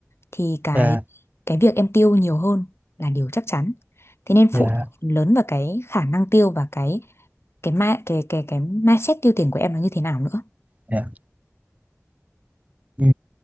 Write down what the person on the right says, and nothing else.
Dạ
dạ
dạ. Ừ.